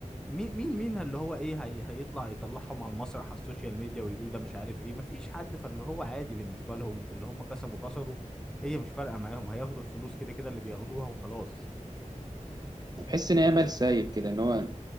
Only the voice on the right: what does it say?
بحس ان هي مال سايب كده ان هو